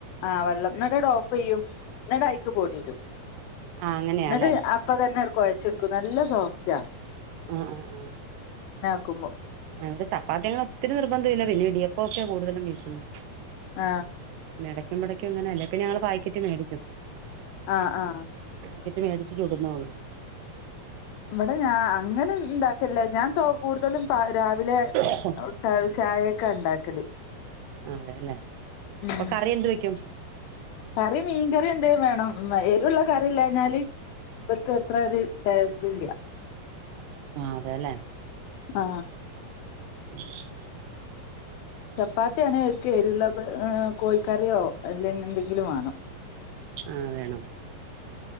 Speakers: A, on the left (about 85°); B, on the right (about 75°).
A: ആഹ് വെള്ളം ന്നട്ട് ഓഫെയ്യും എന്ന്ട്ട അയിക്ക് പൊടിയിടും
B: ആ അങ്ങനെയാല്ലേ
A: ന്ന്ട്ട് അപ്പം തന്നെ അത് കൊയച്ചെടു <unintelligible> നല്ല സോഫ്റ്റാ
B: ആ ഏ
A: ക്കുമ്മോ
B: ഏ ഇവിടെ ചപ്പാത്തി അങ്ങനെ ഒത്തിരി നിർബന്ധൊല്ല പിന്നെ ഇടിയപ്പൊക്കെ കൂടുതലും വീശുന്നെ
A: ആ
B: എടയ്ക്കുതൊടയ്ക്കും ഇങ്ങനെയല്ലേ പിന്നെ ഞങ്ങള് പാക്കറ്റ് മേടിക്കും
A: ആ ആ
B: ക്ക്റ്റ് മേടിച്ച് ചുടുന്നോ
A: ഇവിടെ ഞാൻ അങ്ങനെണ്ടാക്കേല്ല ഞാൻ തോ കൂടുതലും കാ രാവിലെ
B: ആഹ്
A: കാലിചായെ ക്കെ ഇണ്ടാക്കല്
B: ആ അതെല്ലേ
A: ഉം
B: <unintelligible> എന്ത് വെയ്ക്കും
A: കറി മീൻകറി എന്തേ വേണം എരുള്ളകറി ഇല്ലാഞ്ഞാല് ഇവല്ക്കത്രെ ഒര് ടേസ് ഇതില്ല
B: ആ അതെല്ലേ
A: ആ
B: ഉം ഉം ഉം
A: ചപ്പാത്തിയാണെ അവര്ക്ക എരുള്ള കോഴിക്കറിയോ അല്ലെ എന്തെങ്കിലും വാണം
B: ആ വേണം